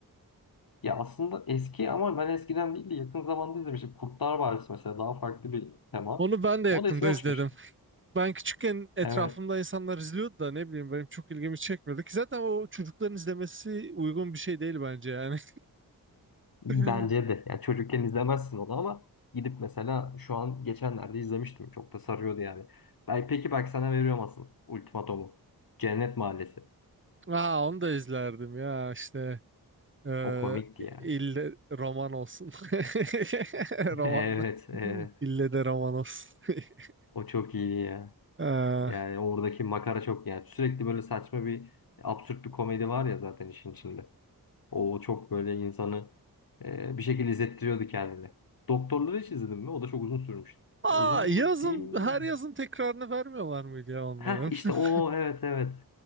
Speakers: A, on the left; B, on the right.
A: Ya aslında eski ama ben eskiden değil de yakın zamanda izlemiştim. Kurtlar Vadisi mesela daha farklı bir tema.
B: Onu ben de yakında
A: O da eskiden
B: izledim.
A: çıkmıştı.
B: Ben küçükken etrafımda
A: Evet.
B: insanlar izliyordu da ne bileyim benim çok ilgimi çekmedi ki zaten o çocukların izlemesi uygun bir şey değil bence yani.
A: Bence
B: <laughs>
A: de. Yani çocukken izlemezsin onu ama gidip mesela şu an geçenlerde izlemiştim. Çok da sarıyordu yani. Ben, peki bak sana veriyorum asıl ultimatomu. Cennet Mahallesi.
B: Aa onu da izlerdim ya işte eee
A: O komikti ya.
B: ille roman olsun. <laughs>
A: <laughs>
B: Romanla.
A: Evet, evet.
B: İlle de roman olsun. <laughs>
A: O çok iyi ya.
B: Eee,
A: Yani oradaki makara çok yani. Sürekli böyle saçma bir absürt bir komedi var ya zaten işin içinde. O çok böyle insanı e, bir şekilde izlettiriyordu kendini. Doktorları hiç izledin mi? O da çok uzun sürmüştü.
B: Aa
A: Ya uzun
B: yazın
A: mu diyeyim?
B: her yazın tekrarını vermiyorlar mıydı ya onların?
A: Ha işte
B: <laughs>
A: o evet evet.